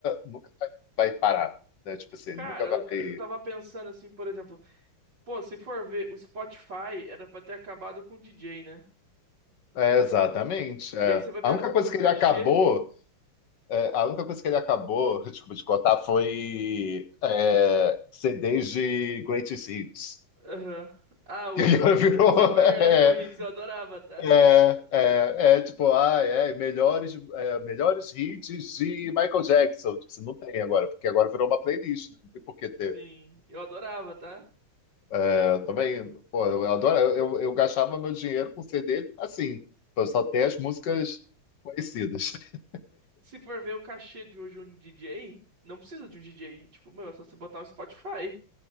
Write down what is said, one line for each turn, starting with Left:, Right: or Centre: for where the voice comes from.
Left: nunca vai, vai parar, né? Tipo assim,
Right: Cara,
Left: ele nunca
Right: eu,
Left: vai.
Right: eu tava pensando assim, por exemplo, pô, se for ver, o Spotify era pra ter acabado com o DJ, né?
Left: É, exatamente. é.
Right: E aí você vai ver
Left: A única
Right: a co-
Left: coisa
Right: o
Left: que
Right: cachê.
Left: ele acabou, é, a única coisa que ele acabou, <laughs> desculpa te contar, foi é, CDs de Greatest Hits. <laughs>
Right: Aham. Ah, os
Left: Que agora virou
Right: Summer
Left: é,
Right: Electro Hits, eu adorava, tá?
Left: é,
Right: Tá
Left: é,
Right: bom?
Left: é, tipo, ah, é, melhores, é, melhores hits de Michael Jackson. Tipo, assim, não tem agora, porque agora virou uma playlist, né, não tem por que ter.
Right: Sim, eu adorava, tá?
Left: É, Eu também, pô, eu adoro, eu, eu gastava meu dinheiro com CD assim, eu só ter as músicas conhecidas. <laughs>
Right: E se for ver o cachê de hoje um DJ, não precisa de um DJ. Tipo, meu, é só você botar um Spotify.